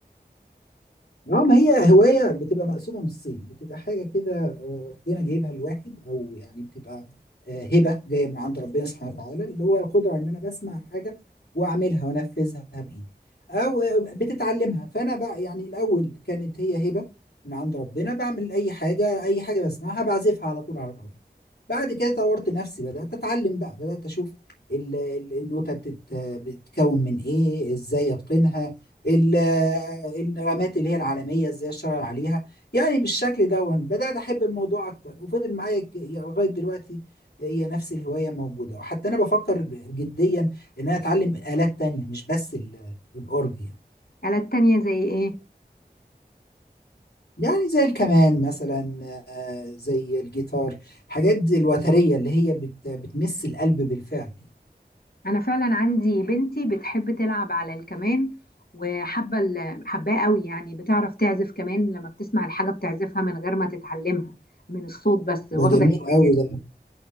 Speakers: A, on the left; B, on the left.
A: اه ما هي هواية بتبقى مقسومة نصين بتبقى حاجة كده آه، ربنا جايبها لواحد أو يعني بتبقى آه، هبة جاية من عند ربنا سبحانه وتعالى اللي هو القدرة على إن أنا بسمع حاجة وأعملها وأنفذها بإيدي أو آه، بتتعلمها فأنا بقى يعني الأول كانت هي هبة من عند ربنا بعمل أي حاجة أي حاجة بسمعها بعزفها على طول على الأرض بعد كده طورت نفسي بدأت أتعلم بقى بدأت أشوف ال- ال- النوتة بتت- بتتكون من إيه إزاي أتقنها ال- النغمات اللي هي العالمية إزاي أشتغل عليها يعني بالشكل ده وأنا بدأت أحب الموضوع أكتر وفضل معايا ك- يعني لغاية دلوقتي هي نفس الهواية موجودة وحتى أنا بفكر جديا إن أنا أتعلم آلات تانية مش بس ال- الأورج يعني
B: آلات تانية زي إيه؟
A: يعني زي الكمان مثلا آه، زي الجيتار الحاجات دي الوترية اللي هي بت- بتمس القلب بالفعل يعني.
B: أنا فعلا عندي بنتي بتحب تلعب على الكمان وحابة ال- حباه قوي يعني بتعرف تعزف كمان لما بتسمع الحاجة بتعزفها من غير ما تتعلمها من الصوت بس واخدة
A: ده جميل
B: الهواية
A: قوي
B: دي.
A: ده